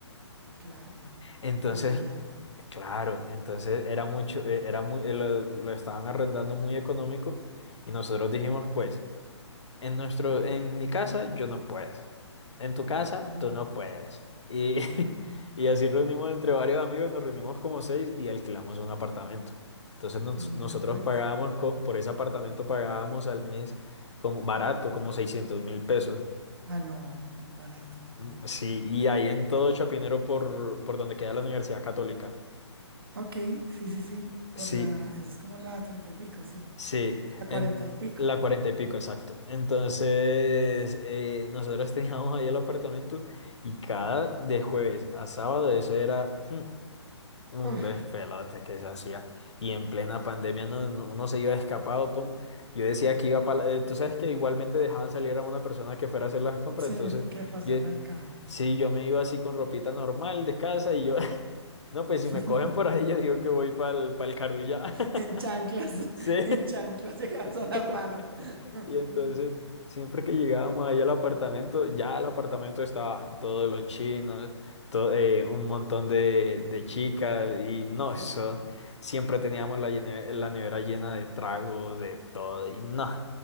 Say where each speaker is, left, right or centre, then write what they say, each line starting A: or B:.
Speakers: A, on the right (about 50°); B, on the left (about 70°).
A: Claro.
B: Entonces,
A: Y allá.
B: claro, entonces era mucho, eh, era muy, eh, lo, lo estaban arrendando muy económico y nosotros dijimos, pues... En nuestro, en mi casa yo no puedo. En tu casa
A: Ajá.
B: tú no puedes. Y, <laughs>
A: Ajá.
B: y así reunimos entre varios amigos, nos reunimos como seis y alquilamos un apartamento. Entonces nos-
A: Mira,
B: nosotros
A: pues.
B: pagábamos, co- por ese apartamento pagábamos al mes como barato, como seiscientos mil pesos.
A: Ah, no, muy barato.
B: Mm, Sí, y ahí en todo Chapinero por, por donde queda la Universidad Católica.
A: Ok, sí, sí, sí.
B: Sí,
A: Por la, eso es como la treinta y pico, sí.
B: Sí,
A: La
B: en
A: cuarenta y pico.
B: la cuarenta y pico, exacto. Entonces, eh, nosotros <laughs> teníamos ahí el apartamento y cada de jueves a sábado eso era <laughs> mm, un
A: Uy,
B: despelote que se hacía. Y en plena pandemia no- no- uno se iba escapado, pum. Yo decía que iba para... tú sabes que igualmente dejaban salir a una persona que fuera a hacer las compras,
A: sí,
B: entonces
A: ¿qué pasa
B: yo...
A: el mercado?
B: Sí, yo me iba así con ropita normal de casa y yo, <laughs> no, pues
A: <laughs>
B: si me cogen por ahí, yo digo que voy para el, para el Carulla.
A: En
B: <laughs>
A: chanclas,
B: Sí.
A: en chanclas llegas a
B: <laughs>
A: la farra. <laughs>
B: Y entonces, siempre que llegábamos allá al apartamento, ya el apartamento estaban todos los chinos, to- eh, un montón de, de chicas, y no,
A: Sí.
B: eso. Siempre teníamos la, llene- la nevera llena de trago, de todo, y no.